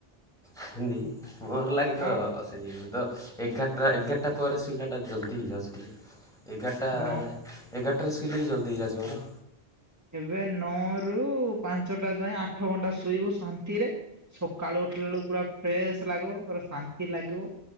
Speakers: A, in the centre; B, on the right.
A: ସେମତି ଘର ଲାଗି ତ
B: ଆଉ
A: ଏଇନୁ ତ ଏଗାରଟା ଏଗାରଟା ପରେ ସୋଇଲାଟା ଜଲ୍ଦି ହେଇଯାଉଛି ଟିକେ ଏଗାରଟା
B: ନ
A: ଏଗାରଟାରେ ସୋଇଲେ ବି ଜଲଦି ହେଇଯାଉଛି ମୋର।
B: ଏବେ ନଅ ରୁ ପାଞ୍ଚଟା ଯାଏଁ ଆଠ ଘଣ୍ଟା ଶୋଇବୁ ଶାନ୍ତିରେ ସକାଳୁ ଉଠିଲା ବେଳକୁ ପୁରା ଫ୍ରେଶ ଲାଗିବ ପୁରା ଶାନ୍ତି ଲାଗିବ।